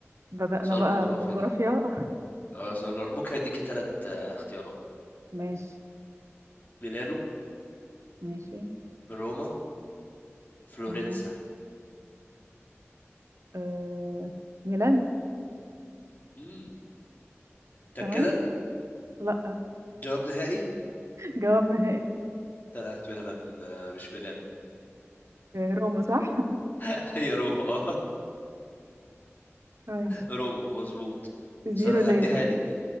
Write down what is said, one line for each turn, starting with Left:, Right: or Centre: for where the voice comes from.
Right: بدأنا
Left: سؤال
Right: بقى
Left: جغرافي
Right: جغرافيا
Left: ده
Right: <laughs>
Left: اه سؤال جغرافي ممكن أديكي تلات آه، اختيارات
Right: ماشي
Left: ميلانو
Right: ماشي
Left: روما فلورنسا
Right: تمام آه... ميلانو
Left: امم
Right: تمام
Left: كده
Right: لأ
Left: جواب نهائي
Right: <laughs> جواب نهائي
Left: طلعت فعلا آه، مش ميلانو
Right: آه، روما صح
Left: <laughs> هي روما اه
Right: <laughs> ماشي
Left: روبو مظبوط
Right: زيرو
Left: بس هديها
Right: ليا
Left: لك دي